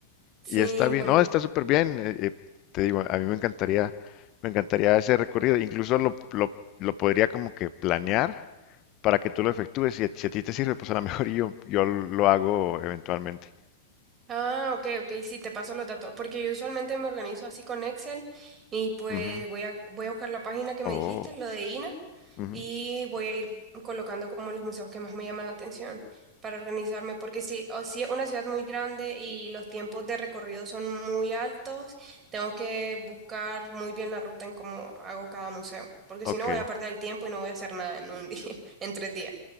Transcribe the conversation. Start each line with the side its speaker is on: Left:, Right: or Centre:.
Right: sí,
Left: Y está bien,
Right: bueno.
Left: no, está súper bien. eh, eh, te digo, a mí me encantaría, me encantaría ese recorrido. Incluso lo, lo, lo podría como que planear para que tú lo efectúes. Si, a si a ti te sirve, pues a lo mejor yo, yo lo hago eventualmente.
Right: Ah, ok, ok, sí, te paso los datos, porque yo usualmente me organizo así con Excel y pues
Left: Ujú.
Right: voy a, voy a buscar la página que me
Left: Oh,
Right: dijiste, lo de INA,
Left: ujú.
Right: y voy a ir colocando como los museos que más me llaman la atención para organizarme, porque si, o si es una ciudad muy grande y los tiempos de recorrido son muy altos, tengo que buscar muy bien la ruta en cómo hago cada museo, porque
Left: Ok,
Right: si no voy a perder el tiempo y no voy a hacer nada en un día, <laughs> en tres días.